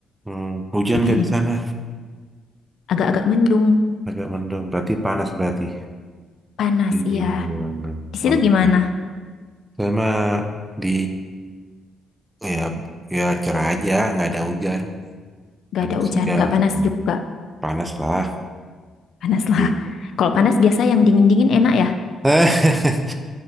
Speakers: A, on the right; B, on the left.
A: Hmm, hujan
B: <laughs>
A: nggak di sana?
B: Agak-agak mendung,
A: Agak mendung, berarti panas berarti.
B: panas,
A: Ini
B: iya.
A: di ruangan.
B: Di situ
A: Oke.
B: gimana?
A: Sama di, oh ya, ya cerah aja, nggak ada hujan.
B: Gak
A: Panas
B: ada hujan,
A: juga.
B: gak panas
A: Hmm,
B: juga.
A: Panas lah.
B: Panas lah.
A: Hmm.
B: Kalau panas biasa yang dingin-dingin enak ya.
A: <laughs>